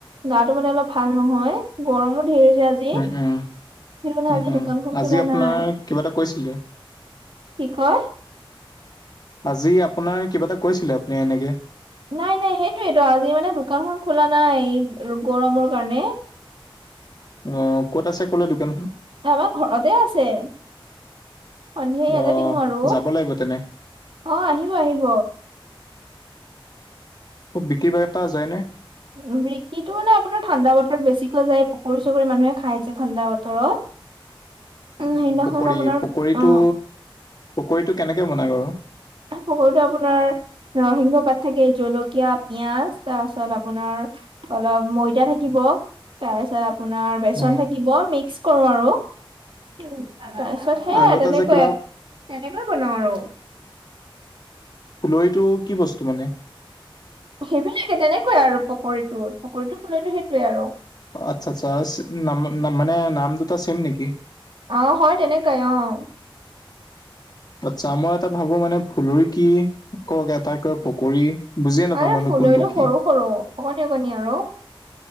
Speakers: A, on the right (about 65°); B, on the left (about 45°).
A: গাটো মানে অলপ ভাল নহয় গৰমো ধেৰ যে আজি।
B: উম, উম,
A: সেইটো কাৰণে
B: উম,
A: আজি
B: উম,
A: দোকানখন খোলা
B: আজি আপোনাৰ
A: নাই
B: কিবা এটা কৈছিলে।
A: কি কয়?
B: আজি আপোনাৰ কিবা এটা কৈছিলে আপুনি এনেকে।
A: নাই নাই সেইটোৱেইটো আজি মানে দোকানখন খোলা নাই এই গৰমৰ কাৰণে।
B: অ', ক'ত আছে ক'লে দোকান?
A: এ আমাৰ ঘৰতে আছে সন্ধিয়া ইয়াতে
B: অ'
A: দিয়ো আৰু।
B: যাব লাগিব তেনে
A: অ', আহিব আহিব।
B: বিক্ৰী বাৰ্তা যায়নে?
A: উম, বিক্ৰীটো মানে আপোনাৰ ঠাণ্ডা বতৰত বেছিকৈ যায় পকৰি চকৰি মানুহে খাই যে ঠাণ্ডা বতৰত। উম সেইদিনাখন
B: পকৰী
A: আপোনাৰ
B: পকৰীটো
A: অ'
B: পকৰীটো কেনেকে বনাই বাৰু?
A: পকৰীটো আপোনাৰ নৰসিংহ পাত থাকে জলকীয়া পিয়াজ তাৰ পাছত আপোনাৰ অলপ ময়দা থাকিব তাৰপিছত আপোনাৰ বেচন
B: উম
A: থাকিব মিক্স কৰোঁ আৰু। তাৰপিছত সেয়া
B: আৰু এটা
A: তেনেকৈ,
B: যে কিবা
A: তেনেকৈ বনাওঁ আৰু।
B: ফুলৰিটো কি বস্তু মানে?
A: সেইবিলাকে তেনেকৈ আৰু পকৰীটো, পকৰীটো ফুলৰিটো সেইটোয়ে আৰু।
B: আচ্ছা আচ্ছা মানে নাম দুটা ছেম নেকি?
A: অ', হয় তেনেকাই অ'।
B: আচ্ছা মই এটা ভাবোঁ মানে ফুলৰি কি কওক এটাই কয় পকৰী। বুজিয়ে নাপাওঁ
A: মানে ফুলৰিটো
B: কোনটো কি
A: সৰু সৰু অকণি অকণি আৰু।